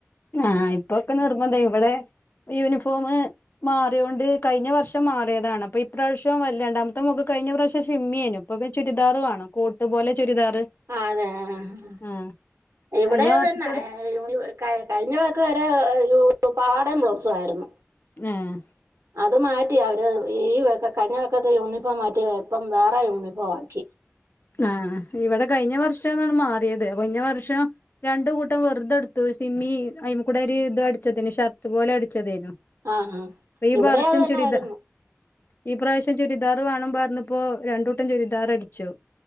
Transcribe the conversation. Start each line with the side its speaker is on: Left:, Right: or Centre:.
Left: ആ ഇപ്പൊക്കെ നിർബന്തം ഇവിടെ യൂണിഫോമ്. മാറിയൊണ്ട് കഴിഞ്ഞ വർഷം മാറിയതാണ് അപ്പൊ ഇപ്രാവശ്യം വല്യ രണ്ടാമത്തെ മോക് കഴിഞ്ഞ പ്രാവശ്യം ഷിമ്മിയേനും. ഇപ്പ ഒക്കെ ചുരിദാറ് വാണംകൊട്ട് പോല ചുരിദാറ്
Right: അതെ ആഹ്
Left: ആഹ്
Right: ഇവിടെ
Left: കഴിഞ്ഞ
Right: അത്
Left: വർഷത്തോട്
Right: തന്നെ. ഏ യൂണിഫോം കഴി കഴിഞ്ഞ വേക്ക് വരെ ഏ യൂണി പാവാടെം ബ്ലൗസുംആരുന്നു.
Left: ആഹ്
Right: അത് മാറ്റി അവര് ഈ വക കഴിഞ്ഞ വക്കത്തെ യൂണിഫോം മാറ്റി ഇപ്പം വേറെ യൂണിഫോം ആക്കി..
Left: ആഹ് ഇവിടെ കഴിഞ്ഞ വർഷം ആണ് മാറിയത് കഴിഞ്ഞ വർഷം. രണ്ടു കൂട്ടം വെറുതെടുത്തു സിമ്മി അയിമ്മാകൂടെ ഒരു ഇത് അടിച്ചതേന് ഷർട്ട് പോലെ അടിച്ചതേയ്രുന്നു
Right: ആഹ് ആഹ്
Left: ഈ
Right: ഇവിടെ
Left: വർഷം
Right: അത് തന്നെ
Left: ചുരിതാ
Right: ആയിരുന്നു
Left: ഈ പ്രാവശ്യം ചുരിദാർ വേണം പറഞ്ഞപ്പോ രണ്ടൂട്ടം ചുരിദാർ അടിച്ചു..